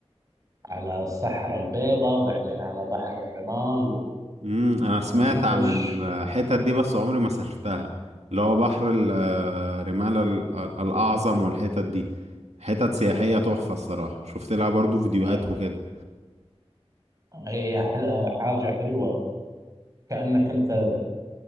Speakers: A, on the right; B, on the right.
A: على الصحراء البيضاء وبعدين على بحر الرمال و...
B: امم انا سمعت
A: وبيخش
B: عن الحتت دي بس عمري ما سافرتها اللي هو بحر ال- آه، رمالة ال- آه، الاعظم والحتت دي حتت سياحية تحفة الصراحة شفت لها برضو فيديوهات
A: آه،
B: وكده
A: هي حل- حاجة حلوة كأنك أنت